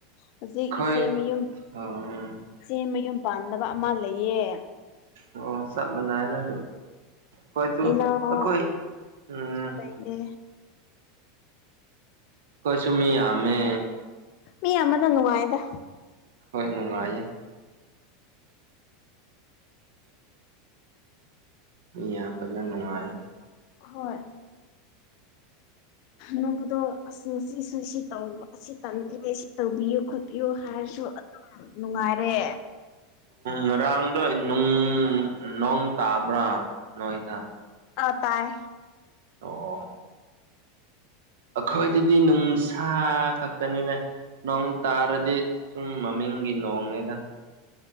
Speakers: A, on the left; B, on the right.
A: ꯍꯧꯖꯤꯛ
B: ꯑꯩꯈꯣꯏ
A: ꯏꯆꯦ ꯃꯌꯨꯝ
B: ꯑꯣ
A: ꯏꯆꯦ ꯃꯌꯨꯝ ꯄꯥꯟꯗꯅꯕ ꯑꯃ ꯂꯩꯌꯦ
B: ꯑꯣ ꯁꯅꯅꯦ ꯀꯣꯏꯁꯨ
A: ꯏꯅꯥꯎ
B: ꯑꯩꯈꯣꯏ ꯎꯝ
A: ꯂꯩꯌꯦ
B: ꯀꯣꯏꯁꯨꯣꯃꯤ ꯌꯥꯃꯦ
A: ꯃꯤ ꯑꯃꯅ ꯅꯨꯡꯉꯥꯏꯗ
B: ꯍꯣꯏ ꯅꯨꯡꯉꯥꯏꯌꯦ ꯃꯤꯌꯥꯝꯕꯅ ꯅꯨꯡꯉꯥꯏ
A: ꯍꯣꯏ ꯅꯕꯨꯗꯁꯤꯁꯤ ꯑꯁꯤ ꯇꯝꯈ꯭ꯔꯦ ꯁꯤ ꯇꯧꯕꯤꯌꯨ ꯈꯣꯠꯄꯤꯌꯨ ꯍꯥꯏꯔꯁꯨ ꯑꯗꯨꯝ ꯅꯨꯡꯉꯥꯏꯔꯦ
B: ꯉꯔꯥꯡꯗꯣꯅꯨꯡ ꯅꯣꯡ ꯇꯥꯕ꯭ꯔꯥ ꯅꯣꯏꯗ
A: ꯑ ꯇꯥꯏ
B: ꯑꯣ ꯑꯣ ꯑꯩꯈꯣꯏꯗꯗꯤ ꯅꯨꯡꯁꯥ ꯈꯛꯇꯅꯤꯗ ꯅꯣꯡ ꯇꯥꯔꯗꯤ ꯁꯨꯝ ꯃꯃꯤꯡꯒꯤ ꯅꯣꯡꯅꯦꯗ